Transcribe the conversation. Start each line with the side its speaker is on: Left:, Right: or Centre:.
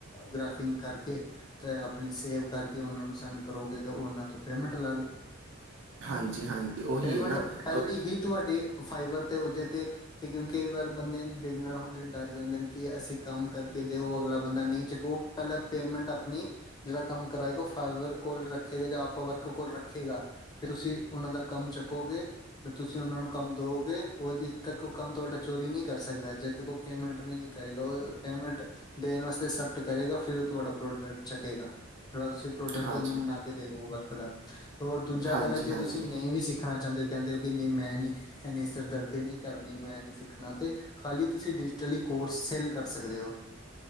Left: ਗ੍ਰਫਿੰਗ ਕਰਕੇ ਤੇ ਆਪਣੀ ਸੇਵ ਕਰਕੇ, ਉਹਨਾਂ ਨੂੰ ਸੈਂਡ ਕਰੋਗੇ ਤੇ ਉਹਨਾਂ ਤੋਂ ਪੇਮੈਂਟ ਲੈ ਲਓ।
Right: ਹਾਂਜੀ ਹਾਂਜੀ ਉਹੀ
Left: ਪੇਮੈਂਟ,
Right: ਹੈ ਨਾ
Left: ਪਹਿਲੀ
Right: ਉਹ-
Left: ਹੀ ਤੁਹਾਡੀ ਫਾਈਬਰ ਤੇ ਉਹਦੇ ਤੇ ਕਿਉਂਕਿ ਕਈ ਵਾਰ ਬੰਦੇ ਨੇ ਬਿਗਨਰ ਹੁੰਦੇ ਡਰ ਜਾਂਦੇ ਨੇ, ਕਿ ਅਸੀਂ ਕੰਮ ਕਰਕੇ ਦਿਓ ਅਗਲਾ ਬੰਦਾ ਨਹੀਂ ਚੱਕੋ, ਪਹਿਲਾਂ ਪੇਮੈਂਟ ਆਪਣੀ ਜਿਹੜਾ ਕੰਮ ਕਰਾਂਏਗਾ, ਉਹ ਫਵਰ ਕੋਲ ਰੱਖੇਗਾ ਜਾਂ ਅਪ ਵਰਕ ਕੋਲ ਰੱਖੇਗਾ ਫੇਰ, ਤੁਸੀਂ ਉਹਨਾਂ ਦਾ ਕੰਮ ਚੁੱਕੋਗੇ ਤੇ ਤੁਸੀਂ ਉਹਨਾਂ ਨੂੰ ਕੰਮ ਦੋਗੇ ਉਦੇ ਤੱਕ ਕੰਮ ਤੁਹਾਡਾ ਚੋਰੀ ਨੀ ਕਰ ਸਕਦਾ, ਜਦ ਤੱਕ ਉਹ ਪੇਮੈਂਟ ਨਹੀਂ ਕਰੇਗਾ। ਉਹ ਪੇਮੈਂਟ ਦੇਣ ਵਾਸਤੇ ਅਕਸੈਪਟ ਕਰੇਗਾ ਫਿਰ ਉਹ ਤੁਹਾਡਾ ਪ੍ਰੋਡਕਟ ਚੱਕੇਗਾ ਜਿਹੜਾ ਤੁਸੀਂ ਪ੍ਰੋਜੈਕਟ
Right: ਹਾਂਜੀ
Left: ਉਹਨੂੰ ਬਣਾ ਕੇ ਦੇੋ ਵਰਕ ਦਾ, ਔਰ ਦੂਜਾ
Right: ਹਾਂਜੀ
Left: ਗੱਲ ਆ, ਜੇ
Right: ਹਾਂਜੀ
Left: ਤੁਸੀਂ ਨਹੀਂ ਵੀ ਸਿੱਖਣਾ ਚਾਹੁੰਦੇ ਕਹਿੰਦੇ ਹੋ ਕਿ ਨਹੀਂ ਮੈਂ ਨੀ ਇਨੀ ਸਿਰ ਦਰਦੀ ਨਹੀਂ ਕਰਨੀ, ਮੈਂ ਨਹੀਂ ਸਿੱਖਣਾ ਤੇ ਖਾਲੀ ਤੁਸੀਂ ਡਿਜੀਟਲੀ ਕੋਰਸ ਸੇਲ ਕਰ ਸਕਦੇ ਹੋ।